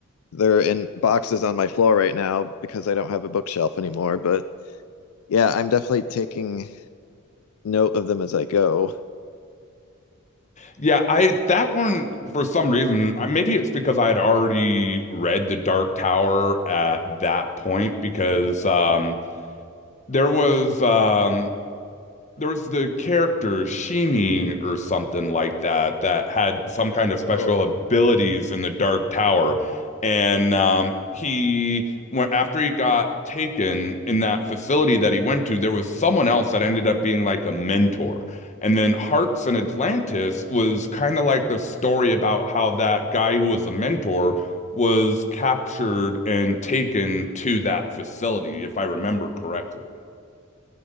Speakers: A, on the left (about 80°); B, on the left (about 35°).
A: They're in boxes on my floor right now because I don't have a bookshelf anymore. But yeah, I'm definitely taking note of them as I go.
B: Yeah, I that one for some reason, I- maybe it's because I had already read The Dark Tower at that point because um there was um there was the character Shimi or something like that that had some kind of
A: Oh,
B: special abilities in the Dark Tower. And um, he, wh- after he got taken in that facility that he went to, there was someone else that ended up being like a mentor. And then Hearts and Atlantis was kind of like the story about how that guy who was a mentor was captured and taken to that facility, if I remember correctly.